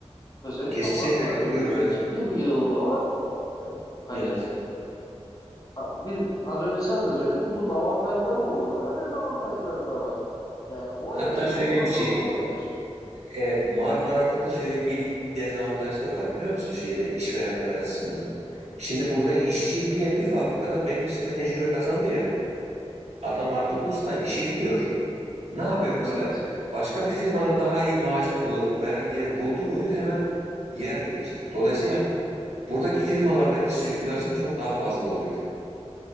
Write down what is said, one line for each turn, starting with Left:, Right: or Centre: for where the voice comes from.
Left: Özellikle
Right: Kesinlikle
Left: Marmara
Right: katılıyorum,
Left: bölgesinde
Right: evet.
Left: ciddi bir yığılma var. E, hani
Right: Evet.
Left: a- biz az önce sen de söyledin bunun avantajları olduğu kadar dezavantajları da var. Yani oraya
Right: Hatta
Left: yığılmanın
Right: şöyle bir şey,
Left: anlamı nedir?
Right: evet Marmara'da da şöyle bir dezavantaj da var biliyor musun şeyde işverenler açısından. Şimdi burada işçi bir, bir fabrikada belli bir süre tecrübe kazandı ya.
Left: Hı
Right: Adam
Left: hı.
Right: artık usta, işi biliyor. Ne yapıyor
Left: Evet.
Right: bu sefer? Başka bir firmadan daha iyi maaş pulu veren bir yer buldu muydu hemen yer değiştir. Dolayısıyla Buradaki firmalardaki sirkülasyon çok daha fazla oluyor.